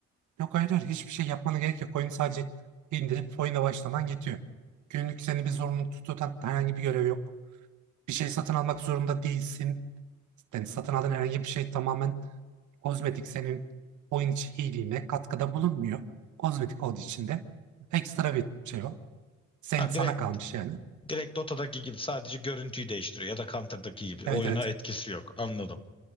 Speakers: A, on the right; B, on the left.
A: Yok hayır, hayır hiçbir şey yapmana gerek yok. Oyunu sadece indirip oyuna başlaman yetiyor. Günlük seni bir zorunlu tutan herhangi bir görev yok. Bir şey satın almak zorunda değilsin. Yani satın aldığın herhangi bir şey tamamen kozmetik senin oyun içi iyiliğine katkıda bulunmuyor. Kozmetik olduğu için de ekstra bir şey o. Sen
B: Ha direkt
A: sana kalmış yani.
B: direkt Dota'daki gibi sadece görüntüyü değiştiriyor ya da Counter'daki gibi
A: Evet
B: oyuna
A: evet.
B: etkisi yok. Anladım.